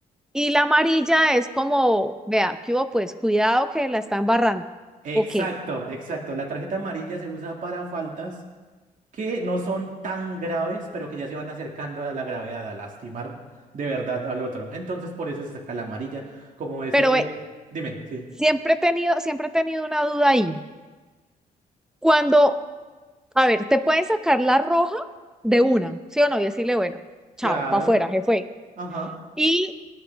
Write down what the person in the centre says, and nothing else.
Y la amarilla es como, vea, ¿qué hubo? Pues cuidado que la están barrando.
Ok,
pero
eh,
siempre he tenido, siempre he tenido una duda ahí. Cuando, a ver, te pueden sacar la roja de una, ¿sí o no? Y decirle, bueno,
chao, para afuera, jefe.
Y